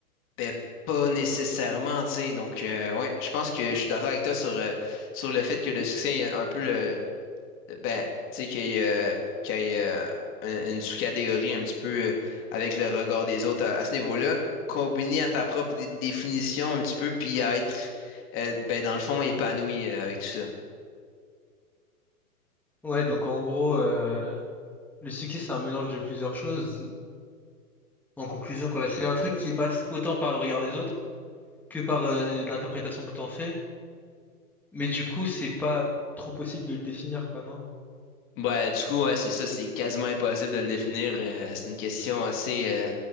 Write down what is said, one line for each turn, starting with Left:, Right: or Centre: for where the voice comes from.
Left: Ben, pas nécessairement, tu sais. Donc, euh, ouais, je pense que je suis d'accord avec toi sur, euh, sur le fait que le succès est un peu le, ben, tu sais, qu'il y ait, euh, qu'il y ait, euh, un- une sous-catégorie un petit peu euh, avec le regard des autres à, à ce niveau-là, combiné à ta propre dé- définition un petit peu, puis à être, euh, ben, dans le fond, épanoui euh, avec tout ça.
Centre: Ouais, Ouais, donc en gros, euh, le succès, c'est un mélange de plusieurs choses. En conclusion, quoi, c'est un truc qui passe autant par le regard des autres que par euh, l'interprétation que t'en fais. Mais du coup, c'est pas trop possible de le définir, quoi, non?
Left: Ben, du coup, ouais, c'est ça, c'est quasiment impossible de le définir. euh, c'est une question assez, euh,